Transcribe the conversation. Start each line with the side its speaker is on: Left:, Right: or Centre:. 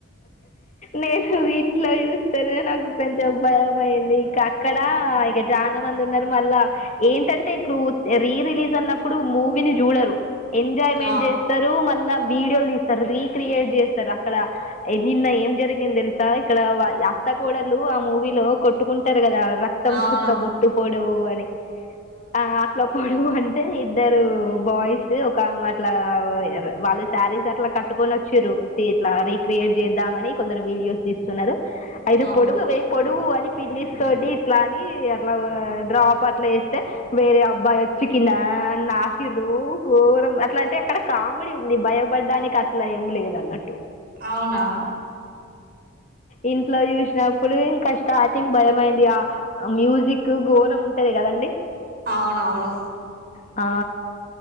Left: నేను ఇంట్లో చూస్తేనే నాకు కొంచం భయం అయింది ఇంకా అక్కడ ఇక చాలా మంది ఉన్నారు మళ్ళా ఏంటంటే ఇప్పుడు రీ రిలీజ్ అన్నప్పుడు మూవీని చూడరు ఎంజాయ్మెంట్
Right: ఆ
Left: చేస్తారు మళ్ళా వీడియోలు తీస్తారు రీక్రియేట్ చేస్తారు అక్కడ నిన్న ఏం జరిగింది తెలుసా ఇక్కడ అత్త కోడలు ఆ మూవీలో కొట్టుకుంట కదా రక్తం
Right: అవునవును
Left: చుక్క బొట్టు పొడువు అని ఆ అట్ల పొడువు అంటే ఇద్దరు బాయ్స్ ఒకమే అట్ల వాళ్ళ శారీస్ అట్లా కట్టుకొని వచ్చార్రు ఇట్లా రీక్రియేట్ చేద్దామని కొందరు వీడియోస్ తీస్తున్నారు అయితే
Right: ఆ
Left: పొడువ వే పొడువు అని పిన్నిస్ తోటి ఇట్లాని అట్లా డ్రాప్ అట్లా వేస్తే వేరే అబ్బాయి వచ్చి కినా నాకి రూ ఘోరం అట్లా అంటే అక్కడ కామెడీ ఉంది భయం బడ్డానికి అట్లా ఏం లేదు అన్నట్టు
Right: అవునా
Left: ఇంట్లో చూసినప్పుడు ఇంకా స్టార్టింగ్ భయ అయింది ఆ మ్యూజిక్ ఘోరం ఉంటది కదండి
Right: అవునవును
Left: ఆ